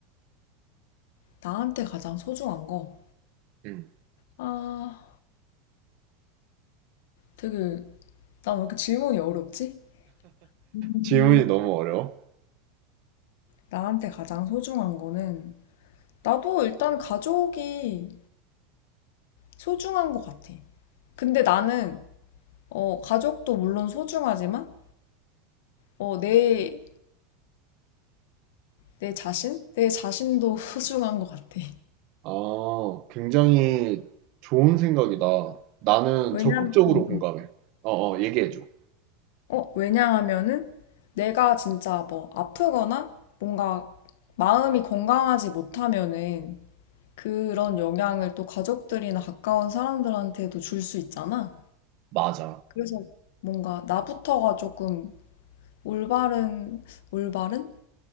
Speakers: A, on the left; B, on the right.
A: 나한테 가장 소중한 거.
B: 음.
A: 아, 되게, 난 왜 이렇게 질문이 어렵지? 음,
B: 질문이 너무 어려워.
A: 나한테 가장 소중한 거는, 나도 일단 가족이 소중한 것 같아. 근데 나는, 어, 가족도 물론 소중하지만, 어, 내, 내 자신? 내 자신도 <laughs> 소중한 것 같아.
B: 아, 굉장히 좋은 생각이다. 나는
A: 왜냐면,
B: 적극적으로
A: 음,
B: 공감해.
A: 음.
B: 어, 어, 얘기해줘.
A: 어, 왜냐하면은 내가 진짜 뭐 아프거나 뭔가 마음이 건강하지 못하면은 그런 영향을 또 가족들이나 가까운 사람들한테도 줄 수 있잖아.
B: 맞아.
A: 그래서 뭔가 나부터가 조금 올바른, 올바른?